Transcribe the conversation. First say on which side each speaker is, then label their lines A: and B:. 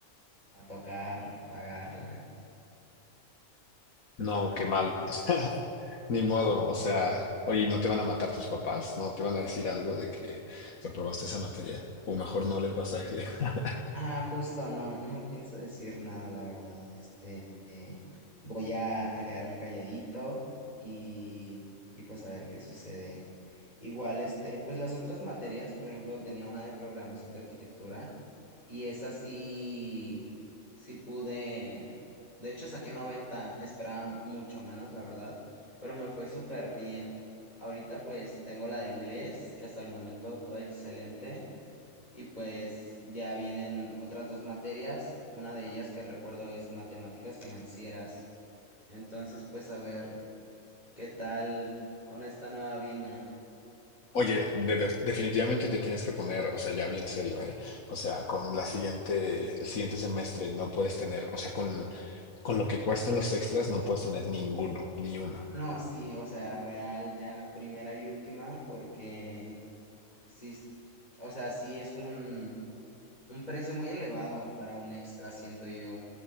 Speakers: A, on the left; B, on the left.
A: me va a tocar pagarla.
B: No, qué mal. <laughs> Ni modo, o sea, oye, ¿y ¿no te van a matar tus papás? ¿No te van a decir algo de que reprobaste esa materia? O mejor no les vas a decir. <laughs>
A: Ajá, justo, no, no pienso decir nada, la verdad. Este, eh, voy a, a quedarme calladito y, y pues a ver qué sucede. Igual, este, pues las otras materias, por ejemplo, tenía una de programación de arquitectura y esa sí sí pude, de hecho saqué noventa esperaba mucho menos, la verdad, pero me fue súper bien. Ahorita pues tengo la de inglés, que hasta el momento todo excelente, y pues ya vienen otras dos materias, una de ellas que recuerdo es matemáticas financieras. Entonces pues a ver, ¿qué tal con esta nueva vina?
B: Oye, de ver- definitivamente te tienes que poner, o sea, ya bien serio, ¿eh? O sea, con la siguiente, el siguiente semestre no puedes tener, o sea, con, con lo que cuestan los extras no puedes tener ninguno, ni uno.
A: No, sí, o sea, real ya primera y última, porque sí, es- o sea, sí es un un precio muy elevado para un extra, siento yo.